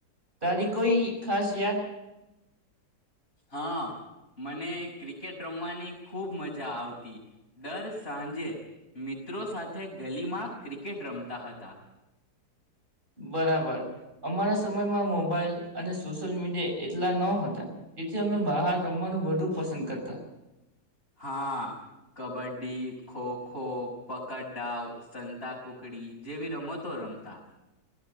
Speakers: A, on the right (about 25°); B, on the left (about 35°).
A: તારી કોઈ ખાસ યાદ?
B: હા મને ક્રિકેટ રમવાની ખૂબ મજા આવતી દર સાંજે મિત્રો સાથે ગલીમાં ક્રિકેટ રમતા હતા.
A: બરાબર અમારા સમયમાં મોબાઈલ અને સોશિયલ મીડિયા એટલા ન હતા તેથી અમે બહાર રમવાનું વધુ પસંદ કરતા.
B: હા કબડ્ડી, ખોખો, પકડડાઉ, સંતા કુકડી જેવી રમતો રમતા.